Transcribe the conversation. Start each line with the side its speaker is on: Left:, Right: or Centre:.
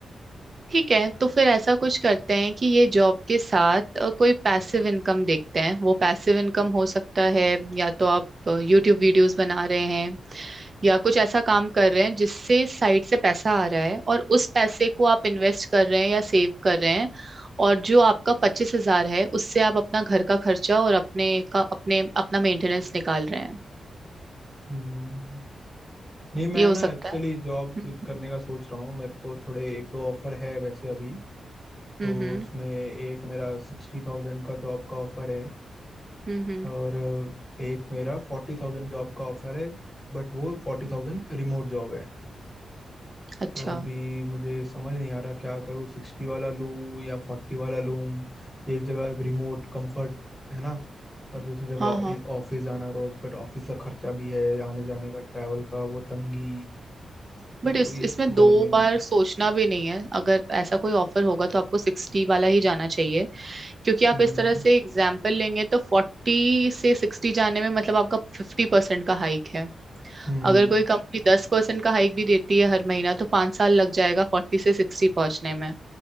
Right: ठीक है तो फिर ऐसा कुछ करते हैं कि ये जॉब के साथ अ, कोई पैसिव इनकम देखते हैं वो पैसिव इनकम हो सकता है या तो आप यूट्यूब वीडियोस बना रहे हैं या कुछ ऐसा काम कर रहे हैं जिससे साइड से पैसा आ रहा है और उस पैसे को आप इन्वेस्ट कर रहे हैं या सेव कर रहे हैं और जो आपका पच्चीस हजार है उससे आप अपना घर का खर्चा और अपने का अपने अपना मेंटेनेंस निकाल रहे हैं
Centre: हम्म नहीं मैं
Right: ये हो
Centre: ना
Right: सकता
Centre: एक्चुअली
Right: है
Centre: जॉब
Right: हम्म
Centre: स्विच करने का सोच रहा हूँ मेरे को थोड़े एक दो ऑफर है वैसे अभी
Right: हम्म
Centre: तो उसमें एक मेरा सिक्सटी थाउजेंड का जॉब का ऑफर है
Right: हम्म हम्म,
Centre: और एक मेरा फोर्टी थाउजेंड जॉब का ऑफर है बट वो फोर्टी थाउजेंड रिमोट जॉब है
Right: अच्छा
Centre: तो अभी मुझे समझ नहीं आ रहा क्या करूँ सिक्सटी वाला लूँ या फोर्टी वाला लूँ एक जगह रिमोट कंफर्ट है ना और दूसरी जगह
Right: हाँ हाँ
Centre: ऑफिस जाना रोज बट ऑफिस का खर्चा भी है आने जाने का ट्रैवल का वो तंगी तो
Right: बट इस
Centre: वही
Right: इसमें
Centre: समझ
Right: दो
Centre: में नहीं
Right: बार
Centre: आ
Right: सोचना भी नहीं है अगर ऐसा कोई ऑफर होगा तो आपको सिक्सटी वाला ही जाना चाहिए क्योंकि आप
Centre: हम्म
Right: इस तरह से एग्जाम्पल लेंगे तो फोर्टी से सिक्सटी जाने में मतलब आपका फिफ्टी परसेंट का हाइक है
Centre: हम्म
Right: अगर कोई कंपनी दस परसेंट का हाइक भी देती है हर महीना तो पाँच साल लग जाएगा फोर्टी से सिक्सटी पहुंचने में